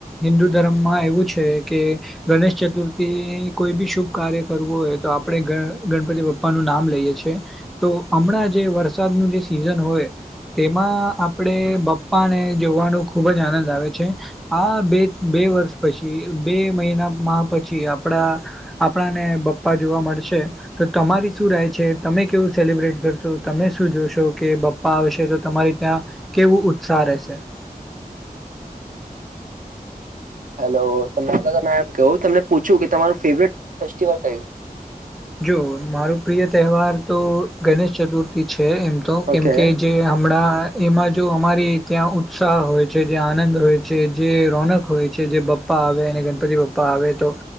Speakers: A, in the centre; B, on the right.
A: હિન્દુ ધર્મમાં એવું છે કે ગણેશ ચતુર્થી કોઈ બી શુભ કાર્ય કરવું હોય તો આપણે ગણપતિ પપ્પાનુંું નામ લ તો હમણાં જે વરસાદનું જે સિઝન હોય તેમાં આપણેે બપ્પાને જોવાનું ખુબ જ આનંદ આવે છે આ બે બે વર્ષ પછી બે મહિના માં પછી આપડા આપણા ને પપ્પા જોવા મળશે તો તમારી શું રાય છે તમે કેવું સેલિબ્રેટ કરશો તમે શું જોશો કે પપ્પા આવશે તો તમારી ત્યાં કેવું ઉત્સાહ રહેશે <inaudible>
B: હેલો ત મેમ કહ ત પૂછ્યું કે તમારવું
A: જો મારો પ્રિય તહેવાર તો ગણેશ ચતુર્થી છે છે એમ તો કેમકે
B: ઓકે
A: જે હમણાં એમાં જો અમારી ત્યાં ઉત્સાહ હોય છે જે આનંદ હોય છે જે રોનક હોય છે જેપ પ્પા આવે અને ગણપતિ પપ્પા આવે તો